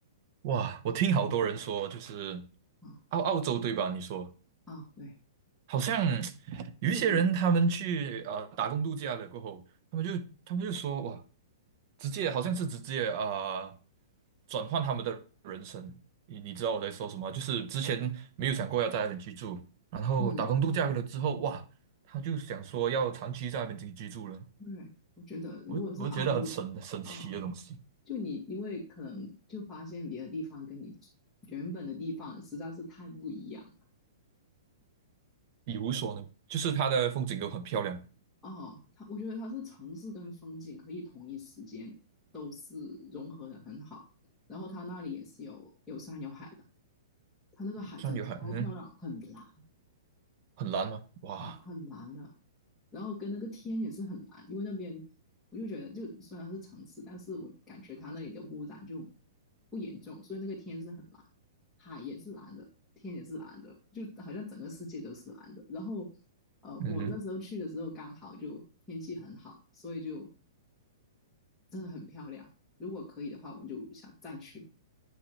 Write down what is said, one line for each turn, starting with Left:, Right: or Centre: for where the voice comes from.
Right: 哇，我听好多人说，就是
Centre: 啊
Right: 澳澳洲对吧？你说
Centre: 啊，对，
Right: 好像有一些人他们去呃打工度假了过后，
Centre: 悉尼，
Right: 他们就他们就说哇。直接好像是直接啊、呃转换他们的人生。你你知道我在说什么？就是之前没有想过要在那边居住，然后打工度假了之后，
Centre: 嗯，
Right: 哇，他就想说要长期在那边居居住了。
Centre: 对，我觉得如果是澳洲啊，
Right: 我我觉得很神神奇的东西。
Centre: 就你因为可能就发现别的地方跟你原本的地方实在是太不一样。
Right: 比如说呢，就是它的风景都很漂亮，
Centre: 哦，它我觉得它是城市跟风景可以同一时间都是融合的很好，然后它那里也是有有山有海的，它那个海真的超漂亮，
Right: 山有海，嗯，
Centre: 很蓝
Right: 很蓝吗？哇，
Centre: 哦，很蓝的，然后跟那个天也是很蓝，因为那边我就觉得就虽然它是城市，但是我感觉它那里的污染就不严重，所以那个天是很蓝，海也是蓝的，天也是蓝的，就好像整个世界都是蓝的，然后。呃，我那时候去的时候刚好就天气很好，
Right: 嗯哼，
Centre: 所以就真的很漂亮。如果可以的话，我就想再去。